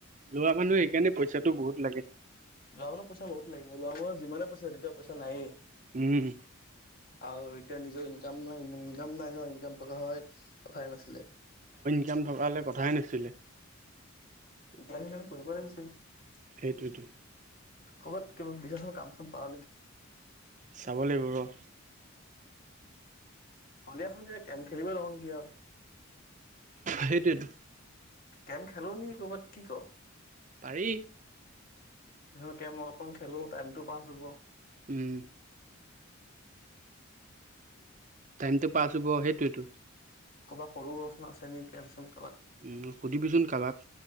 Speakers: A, on the right; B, on the left.
A: লোৱা মানুহ সেইকাৰণে পইচাটো বহুত। লাগে।
B: গাঁৱৰ মানুহ পইচা বহুত লাগ লোৱা মানুহক যিমানে পইছা নিদিয়ক পইচা নাইয়ে
A: উম।
B: আৰু এতিয়া নিজৰ ইনকাম নাই ইনকাম নাই ন। একজাম থকা হয় কথাই নাছিলে।
A: একজাম থকা হলে কথাই নাছিলে।
B: উপায় নাই কৰিব আহিছে ই
A: সেইটোৱেতো।
B: ক'বাত কিবা বিছা চোন কাম চাম পাওঁ নেকি
A: চাব লাগিব ৰ
B: সন্ধিয়া সন্ধিয়া কেম খেলিবই <unintelligible>
A: সেইটোৱে টো
B: গেম খেলোঁ নেকি ক'বাত কি কও
A: পাৰি
B: যেনো গেম অলপমান খেলো টাইমটো পাছ হব
A: উম টাইমটো পাছ হ'ব সেইটোৱে টো
B: ক'বা সৰু <unintelligible> আছে নেকি <unintelligible>
A: উম, সুধিবিচোন কাৰোবাক,